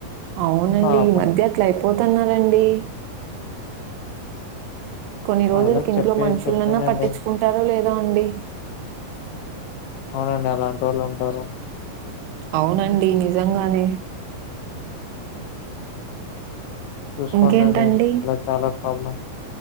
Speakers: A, on the right (about 80°); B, on the left (about 85°).
A: అవునండి
B: పాపం.
A: ఈ మధ్య అట్ల అయిపోతున్నారండీ కొన్ని రోజులకి
B: వాళ్ళకి
A: ఇంట్లో
B: చెప్పే
A: మనుషులన్నా
B: చెప్పానండి
A: పట్టించుకుంటారో లేదో అండి
B: అవునండి అలాంటి వోళ్ళు ఉంటారు
A: అవునండి నిజంగానే
B: చూసుకోండి
A: ఇంకేంటండి?
B: నే చాలా ప్రాబ్లం